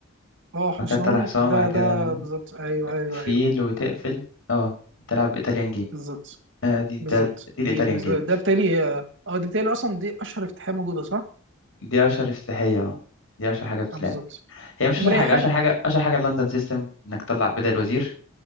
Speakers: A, on the right; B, on the left.
A: اه
B: بعد
A: حصان
B: كده طلع حصان بعد
A: ده
B: كده
A: ده بالظبط ايوه ايوه
B: فيل
A: ايوه
B: وتقفل اه تلعب ايطاليان جيم
A: بالظبط
B: آه دي
A: بالظبط
B: ده ال- دي الايطاليان
A: دي بالنسبه
B: جيم
A: لي ده بتالي اه آه، دي بتالي اصلا دي اشهر افتتاحيه موجوده صح؟
B: دي اشهر افتتاحية اه دي اشهر حاجة بتتلعب
A: اه بالظبط
B: هي مش
A: ومريحان
B: اشهر حاجه اشهر حاجه اشهر حاجه اللندن سيستم انك تطلع بداية الوزير